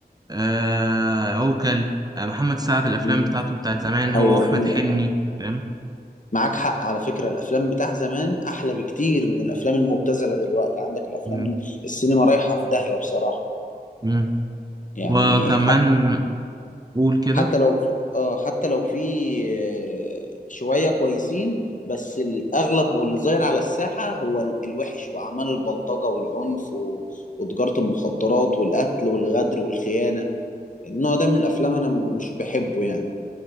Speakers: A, on the right (about 25°); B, on the left (about 50°).
A: آه عوكل آه محمد سعد الافلام
B: م-
A: بتاعته بتاعت زمان هو
B: ايوه
A: واحمد
B: م-
A: حلمي فاهم
B: معاك حق على فكرة الافلام بتاع زمان احلى بكتير من الافلام المبتذلة دلوقتي عندك الافلام
A: امم
B: السينما رايحة في داهية بصراحة
A: امم
B: يعني
A: وكمان قول كده
B: حتى لو في اه حتى لو في آه، شوية كويسين بس الأغلب واللي ظاهر على الساحة هو ال- الوحش وأعمال البلطجة والعنف و... وتجارة المخدرات والقتل والغدر والخيانة النوع ده من الأفلام أنا مش بحبه يعني